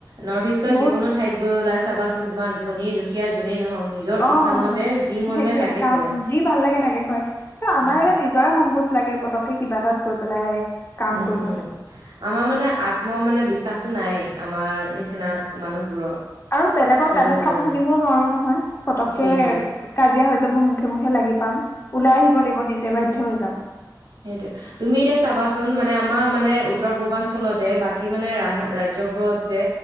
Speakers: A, on the right (about 70°); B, on the left (about 35°).
A: নৰ্থ ইষ্টৰ
B: বহুত
A: যিকোনো ঠাইত গৈ ওলাইছে চাবাচোন তোমাৰ ধনী দুখীয়া যোনেই নহওক নিজৰ
B: অ
A: ইচ্ছামতে যি মন
B: সেইটোয়ে
A: যায় তাকে
B: কাম
A: কৰে।
B: যি ভাল লাগে তাকে ক ত আমাৰ
A: উম,
B: এতিয়া নিজৰে সংকোচ লাগে পতককে কিবা তাত গৈ পেলাই কাম
A: উম
B: কৰিবলৈ
A: উম আমাৰ মানে আত্ম মানে বেছি বি নায়েই আমাৰ নিচিনা মানুহবোৰৰ
B: আৰু বেলেগৰ
A: সেইটো
B: গালি খাব
A: কাৰণে
B: শুনিবও নোৱাৰো নহয় পতককে
A: সেইটোৱে,
B: কাজিয়া হৈ যাব মুখে মুখে লাগি পাম ওলাই আহিব লাগিব নিজে বা থৈ যাম
A: সেইটোয়ে তুমি এতিয়া চাবাচোন মানে আমাৰ মানে উত্তৰ পূৰ্বাঞ্চলতে বাকী মানে ৰাজ্যবোৰত যে